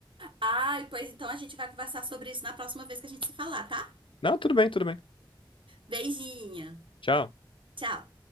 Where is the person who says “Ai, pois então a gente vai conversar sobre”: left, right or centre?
Right